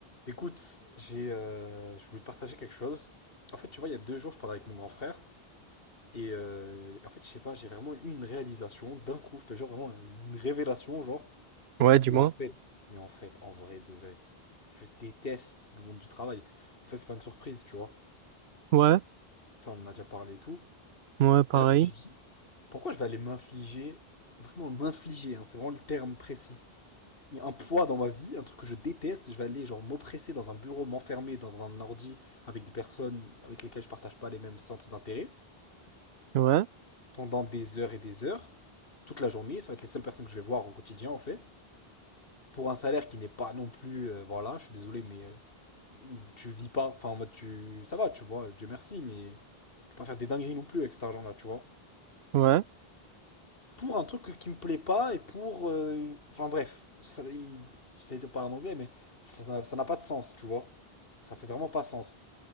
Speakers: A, on the left; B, on the right.
A: Écoute, j'ai, euh, je voulais te partager quelque chose. En fait, tu vois, il y a deux jours, je parlais avec mon grand frère. Et euh, en fait, je sais pas, j'ai vraiment eu une réalisation d'un coup, je te jure, vraiment une révélation. Genre, je
B: Ouais,
A: me suis
B: dis-moi.
A: dit, mais en fait, mais en fait, en vrai, de vrai, je déteste le monde du travail. Ça, c'est pas une surprise, tu vois.
B: Ouais,
A: Ça, on en a déjà parlé et tout.
B: ouais, pareil.
A: Mais là, je me suis dit, pourquoi je vais aller m'infliger, vraiment m'infliger, hein, c'est vraiment le terme précis. un poids dans ma vie, un truc que je déteste, je vais aller genre m'oppresser dans un bureau, m'enfermer dans un ordi avec des personnes avec lesquelles je partage pas les mêmes centres d'intérêt
B: Ouais,
A: pendant des heures et des heures, toute la journée, ça va être les seules personnes que je vais voir au quotidien en fait, pour un salaire qui n'est pas non plus euh, voilà, je suis désolé mais euh, tu vis pas, enfin en mode tu ça va, tu vois, Dieu merci mais tu peux pas faire des dingueries non plus avec cet argent là, tu vois.
B: ouais,
A: pour un truc qui me plaît pas et pour. euh, Enfin bref, ça, il- j'allais dire parler en anglais, mais ça n'a ça n'a pas de sens, tu vois. Ça fait vraiment pas sens.